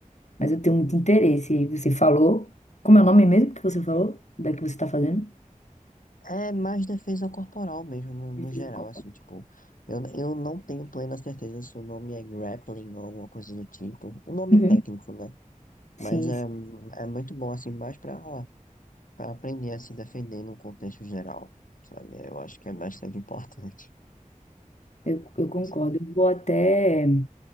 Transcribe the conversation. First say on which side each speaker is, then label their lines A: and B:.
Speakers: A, on the left; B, on the left.
A: mas eu tenho muito interesse. E você falou. Como é o nome mesmo que você falou? Da que você tá fazendo?
B: É mais defesa corporal mesmo, no, no
A: De Fisiocopa.
B: geral, assim, tipo, eu, eu não tenho plena certeza se o nome é grappling ou alguma coisa do tipo, o nome
A: Uhum.
B: técnico, né?
A: Sim,
B: Mas é,
A: sim,
B: é muito bom, assim, mais pra Pra aprender a se defender no contexto geral, sabe? É, Eu acho que é bastante <laughs> importante.
A: eu, eu concordo.
B: Com certeza.
A: Eu Vou até,